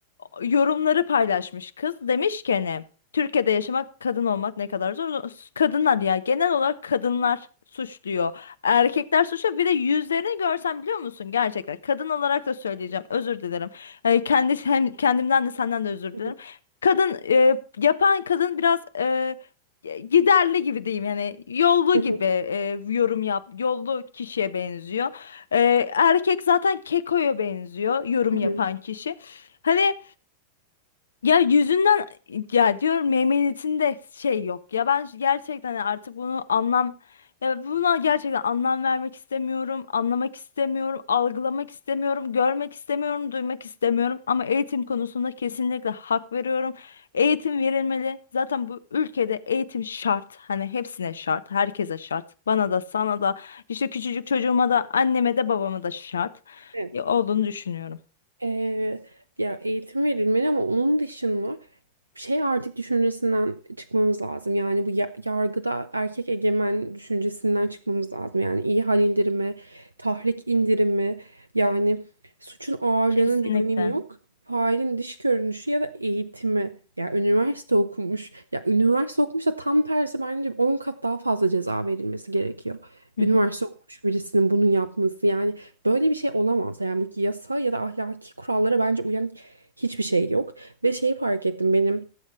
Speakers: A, on the left; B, on the right.
A: yorumları paylaşmış kız. Demiş ki hani Türkiye'de yaşamak kadın olmak ne kadar zor. Kadınlar ya genel olarak kadınlar suçluyor. Erkekler suçluyor. Bir de yüzlerini görsen biliyor musun? Gerçekten kadın olarak da söyleyeceğim. Özür dilerim. Ee, kendi hem kendimden de senden de özür
B: Hı
A: dilerim.
B: hı.
A: Kadın e, yapan kadın biraz e, giderli gibi diyeyim yani yollu gibi
B: Hı hı.
A: e, yorum yap yollu kişiye benziyor. E, erkek zaten kekoya benziyor yorum
B: <laughs> Hı
A: yapan
B: hı.
A: kişi. Hani ya yüzünden ya diyorum meymenetinde şey yok. Ya ben gerçekten artık bunu anlam ya buna gerçekten anlam vermek istemiyorum, anlamak istemiyorum, algılamak istemiyorum, görmek istemiyorum, duymak istemiyorum. Ama eğitim konusunda kesinlikle hak veriyorum. Eğitim verilmeli. Zaten bu ülkede eğitim şart. Hani hepsine şart, herkese şart. Bana da, sana da, işte küçücük çocuğuma da, anneme de, babama da şart.
B: Evet.
A: Ya olduğunu düşünüyorum.
B: Ee, ya eğitim verilmeli ama onun dışında şey artık düşüncesinden çıkmamız lazım. Yani bu ya- yargıda erkek egemen düşüncesinden çıkmamız lazım. Yani iyi hal indirimi, tahrik indirimi, yani suçun ağırlığının
A: Kesinlikle.
B: bir önemi yok. Failin dış görünüşü ya da eğitimi. Ya üniversite okumuş. Ya üniversite okumuş da tam tersi bence 10 kat daha fazla ceza verilmesi gerekiyor.
A: Hı
B: Üniversite
A: hı.
B: okumuş birisinin bunu yapması yani Böyle bir şey olamaz. Yani bu yasa ya da ahlaki kurallara bence uyan hiçbir şey yok. Ve şeyi fark ettim benim